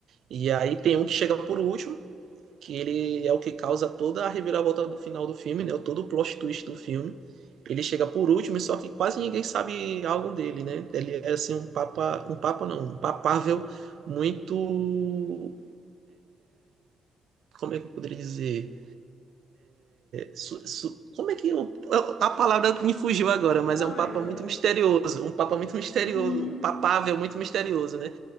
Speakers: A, on the right; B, on the left.
A: E aí tem um que chega por último que ele é o que causa toda a reviravolta do final do filme, né? Todo o plot twist do filme. Ele chega por último, só que quase ninguém sabe algo dele, né? Ele é assim um papa, um papa não, um papável muito, como é que eu poderia dizer? Su- su- como é que eu- eu- a palavra me fugiu agora, mas
B: Também,
A: é um papa
B: também.
A: muito misterioso, um papa muito misterioso,
B: Uhum.
A: um papável muito misterioso, né?